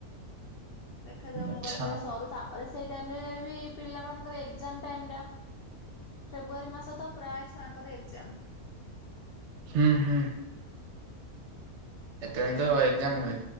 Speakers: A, on the left (about 75°); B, on the right (about 60°).
A: ଦେଖାଯାଉ
B: ଆଚ୍ଛା
A: ମୁଁ ଗଲେ ସରୁ ତାପରେ ସେଇ ଟାଇମ୍ ରେ ବି ପିଲାମାନଙ୍କର ଏଗ୍ଜାମ୍ ଟାଇମ୍ ଟା ଫେବୃଆରୀ ମାସ ତ ପ୍ରାୟ ଛୁଆଙ୍କର ଏଗ୍ଜାମ
B: ହୁଁ ହୁଁ ଏଥିପାଇଁ ତ ଏଗ୍ଜାମ ହୁଏ